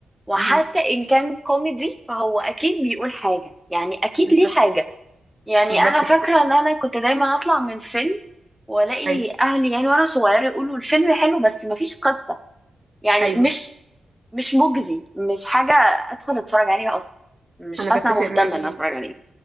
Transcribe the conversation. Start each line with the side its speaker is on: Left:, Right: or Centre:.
Centre: وحتى
Right: مهم.
Centre: إن كان كوميدي فهو أكيد بيقول حاجة يعني أكيد
Right: بالظبط
Centre: ليه حاجة يعني
Right: بالظبط
Centre: انا فاكره
Right: كده.
Centre: ان انا كنت دايما اطلع من فيلم والاقي
Right: ايوه
Centre: اهلي يعني وانا صغيره يقولوا الفيلم حلو بس مفيش قصه يعني
Right: ايوه
Centre: مش مش مجزي مش حاجه ادخل اتفرج عليها اصلا مش
Right: انا
Centre: حاسه
Right: بتفق
Centre: أنا مهتمه
Right: معاكي
Centre: ان اتفرج عليه